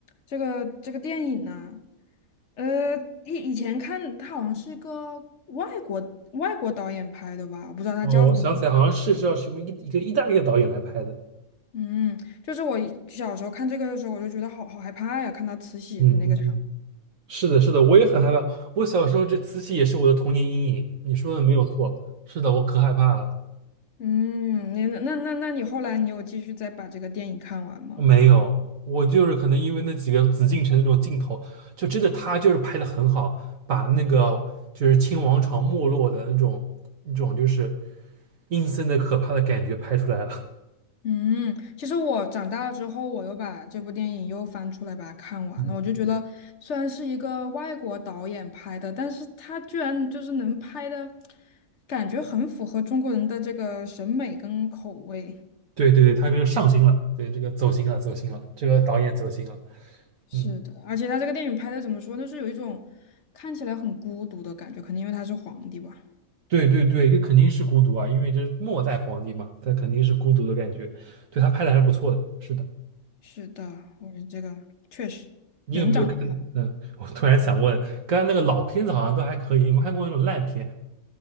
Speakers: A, on the left; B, on the right.
A: 这个这个电影呢，呃，以以前看它好像是一个外国外国导演拍的吧，我不知道他叫什么。
B: 哦，我想起来，好像是叫什么一个一个意大利的导演来拍的。
A: 嗯，就是我一小时候看这个的时候，我就觉得好好害怕呀，看到慈禧的那个场。
B: 嗯嗯嗯，是的，是的，我也很害怕。我小时候这慈禧也是我的童年阴影，你说的没有错。是的，我可害怕了。
A: 嗯，那那那那你后来你有继续再把这个电影看完吗？
B: 没有，我就是可能因为那几个紫禁城那种镜头，就真的他就是拍的很好，把那个就是清王朝没落的那种那种就是阴森的可怕的感觉拍出来了。
A: 嗯，其实我长大了之后，我又把这部电影又翻出来把它看完了。
B: <laughs> 嗯。
A: 我就觉得，虽然是一个外国导演拍的，但是他居然就是能拍的感觉很符合中国人的这个审美跟口味。
B: 对对对，他这个上心了，对这个走心了，走心了，这个导演走心了，
A: 是的，
B: 嗯，
A: 而且他这个电影拍的怎么说，就是有一种看起来很孤独的感觉，可能因为他是皇帝吧。
B: 对对对，这肯定是孤独啊，因为这是末代皇帝嘛，他肯定是孤独的感觉，对他拍的还是不错的，是的，
A: 是的，我觉得这个确实人长得
B: 你有没有看？嗯，我突然想问，刚才那个老片子好像都还可以，有没有看过那种烂片？